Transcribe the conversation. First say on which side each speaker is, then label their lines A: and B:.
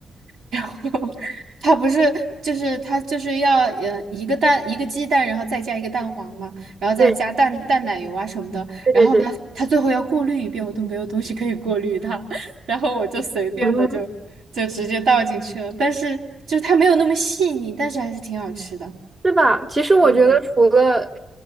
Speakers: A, on the right (about 75°); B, on the right (about 35°).
A: 然后它不是就是它就是要呃一个蛋一个鸡蛋，然后再加一个蛋黄嘛，然后再加蛋蛋奶油啊什么的，
B: 对对对对，
A: 然后呢，它最后要过滤一遍，我都没有东西可以过滤它，<laughs> 然后我就随便的就
B: 嗯，
A: 就直接倒进去了，但是就是它没有那么细腻，但是还是挺好吃的。
B: 对吧？其实我觉得除了
A: 嗯